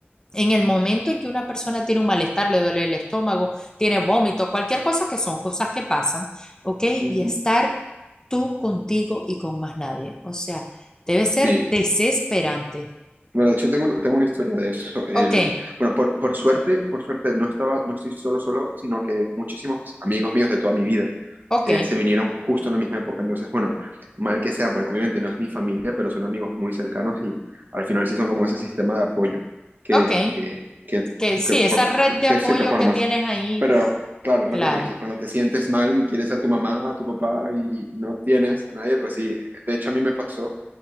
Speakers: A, on the left; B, on the right.
A: En el momento en que una persona tiene un malestar, le duele el estómago, tiene vómito, cualquier cosa que son cosas que pasan, ¿ok? Y
B: ujú.
A: estar tú contigo y con más nadie. O sea, debe ser
B: Sí.
A: desesperante.
B: Bueno, de hecho tengo, una- tengo una historia de eso. El,
A: Ok,
B: bueno, por, por suerte, por suerte no estaba, no estoy solo solo, sino que muchísimos amigos míos de toda mi vida
A: ok,
B: eh, se vinieron justo en la misma época. Entonces, bueno, mal que sea, pues obviamente no es mi familia, pero son amigos muy cercanos y al final sí son como ese sistema de apoyo que,
A: ok.
B: que, que,
A: Que sí,
B: que,
A: esa
B: form-
A: red
B: que,
A: de
B: que
A: apoyo
B: sé que formas.
A: que tienes ahí,
B: Pero claro, es
A: claro.
B: lo que tú dices, cuando te sientes mal y quieres a tu mamá, a tu papá y no tienes a nadie, pues sí, de hecho a mí me pasó